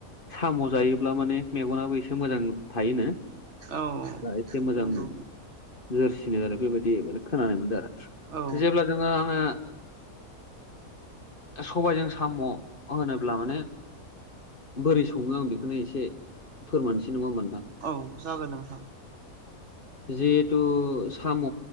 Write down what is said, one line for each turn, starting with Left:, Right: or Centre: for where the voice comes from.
Left: साम' जायोब्ला माने मेगनाबो एसे मोजां थायोनो।
Right: औ
Left: दा एसे मोजां
Right: नोंगौ।
Left: जोरसिनो आरो बेबायदि माने खोनानाय मोनदो आरो
Right: औ
Left: जेब्ला जोङो आङो सबायजों साम' होनोब्ला माने बोरै सङो आं बिखोनो एसे फोरमानसै नङा होमबा नोंथां।
Right: औ जागोन नोंथां।
Left: जिहेथु साम'